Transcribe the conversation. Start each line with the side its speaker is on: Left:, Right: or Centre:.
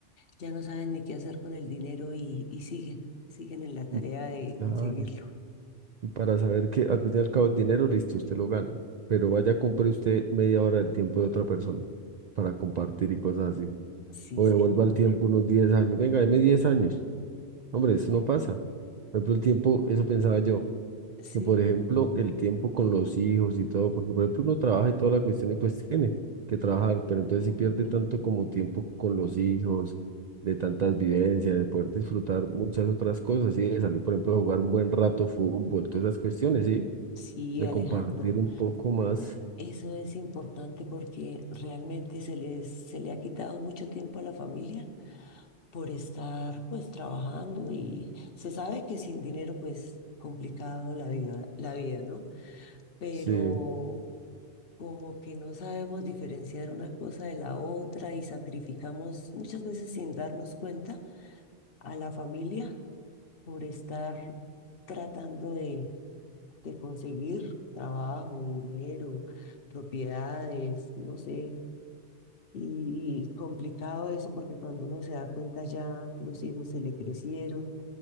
Left: Ya no saben ni qué hacer con el dinero y, y siguen, siguen en la tarea
Right: y-
Left: de
Right: claro.
Left: conseguirlo.
Right: Y para saber que al fin y al cabo el dinero, listo, usted lo gana. Pero vaya, compre usted media hora del tiempo de otra persona para compartir y cosas así.
Left: Sí,
Right: O
Left: señor.
Right: devuelva el tiempo unos 10 años. Venga, deme 10 años. Hombre, eso no pasa. Por ejemplo, el tiempo, eso pensaba yo,
Left: Sí.
Right: que por ejemplo, el tiempo con los hijos y todo, porque por ejemplo uno trabaja y toda la cuestión y pues tiene que trabajar, pero entonces
Left: ujú.
Right: si pierde tanto como tiempo con los hijos, de tantas vivencias, de poder disfrutar muchas otras cosas, y de salir, por ejemplo, a jugar un buen rato fútbol, todas esas cuestiones, ¿sí?
Left: Sí,
Right: de
Left: Alejandro.
Right: compartir un poco más.
Left: Eso es importante porque realmente se les, se le ha quitado mucho tiempo a la familia por estar pues trabajando y se sabe que sin dinero pues complicado la vida, la vida, ¿no? Pero
Right: Sí,
Left: como que no sabemos diferenciar una cosa de la otra y sacrificamos muchas veces sin darnos cuenta a la familia por estar tratando de, de conseguir trabajo, dinero, propiedades, no sé. Y complicado eso porque cuando uno se da cuenta ya los hijos se le crecieron